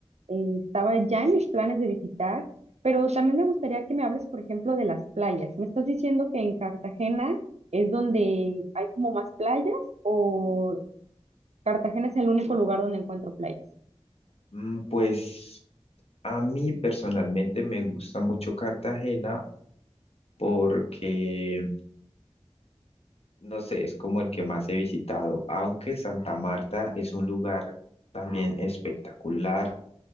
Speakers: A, on the right (about 80°); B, on the left (about 65°).
A: eh, estaba ya en mis planes de visitar, pero también me gustaría que me hables, por ejemplo, de las playas. ¿Me estás diciendo que en Cartagena es donde hay como más playas o Cartagena es el único lugar donde encuentro playas?
B: Mm, Pues A mí personalmente me gusta mucho Cartagena porque, no sé, es como el que más he visitado, aunque Santa Marta es un lugar también espectacular,